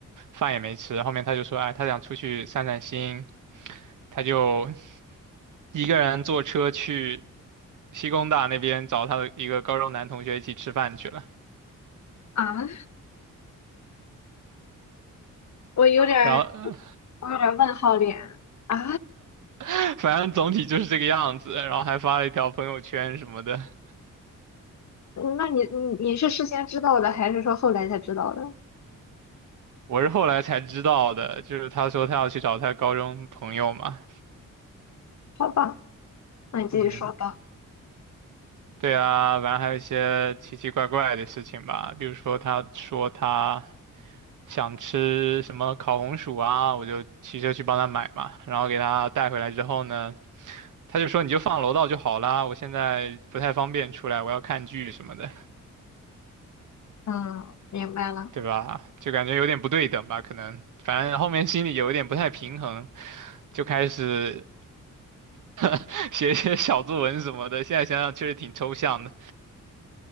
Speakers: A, on the right; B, on the left.
A: 饭也没吃。后面他就说，哎，他想出去散散心，他就一个人坐车去西工大那边找他的一个高中男同学一起吃饭去了。
B: 啊，我有点儿，
A: 然后，
B: 我有点儿问号脸啊。
A: <laughs> 反正总体就是这个样子，然后还发了一条朋友圈什么的。
B: 那你你你是事先知道的，还是说后来才知道的？
A: 我是后来才知道的，就是他说他要去找他高中朋友嘛，
B: 好吧，那你继续说吧。
A: 嗯。对啊，然后还有一些奇奇怪怪的事情吧，比如说他说他想吃什么烤红薯啊，我就骑车去帮他买嘛，然后给他带回来之后呢，他就说你就放楼道就好啦，我现在不太方便出来，我要看剧什么的，
B: 嗯，明白了。
A: 对吧？就感觉有点不对等吧，可能反正后面心里有一点不太平衡，就开始 <laughs> 写一些小作文什么的，现在想想确实挺抽象的，